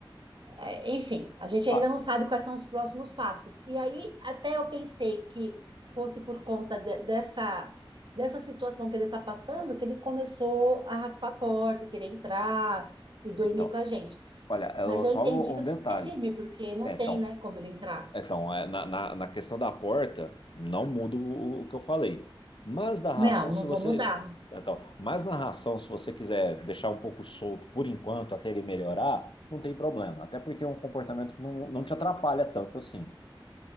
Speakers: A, on the right; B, on the left.
A: É, Enfim, a gente
B: Ah,
A: ainda não sabe quais são os próximos passos. E aí, até eu pensei que fosse por conta de- dessa, dessa situação que ele está passando, que ele começou a raspar a porta, e querer entrar e dormir
B: então,
A: com a gente.
B: olha, eu-
A: Mas eu
B: só
A: entendi
B: um
A: que
B: um
A: eu
B: detalhe.
A: tenho que ser firme, porque não
B: É,
A: tem,
B: então,
A: né, como ele entrar.
B: é, então é, na, na, na questão da porta, não muda o, o que eu falei. Mas da ração,
A: Não, não
B: se
A: vou
B: você.
A: mudar.
B: Então, mas na ração, se você quiser deixar um pouco solto por enquanto, até ele melhorar, não tem problema. Até porque é um comportamento que não, não te atrapalha tanto assim.